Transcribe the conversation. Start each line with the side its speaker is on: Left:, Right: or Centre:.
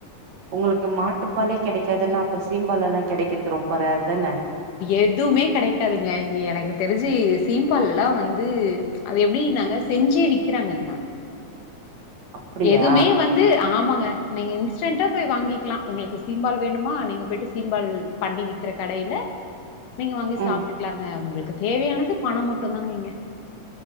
Right: உங்களுக்கு மாட்டுப்பாலே கிடைக்காதுன்னா அப்ப சீம்பாலு எல்லா கிடைக்கிறது ரொம்ப ரேர் தான
Left: எதுவுமே கிடைக்காதுங்க இங்க எனக்கு தெரிஞ்சு சீம்பால் எல்லா வந்து அது எப்டின்னாங்க செஞ்சே விக்கிறாங்கங்க
Right: அப்டியா
Left: எதுமே வந்து ஆமாங் க நீங்க இன்ஸாட்டு போய் வாங்கிக்கலாம் உங்குளுக்கு சீம்பால் வேணுமா நீங்க போயிட்டு சீம்பால் பண்ணி விக்கிற கடையில நீங்க வாங்கி
Right: ம்
Left: சாப்பிட்டுக்கலாங்க உங்குள் தேவையானது பணம் மட்டும் தாங்க இங்க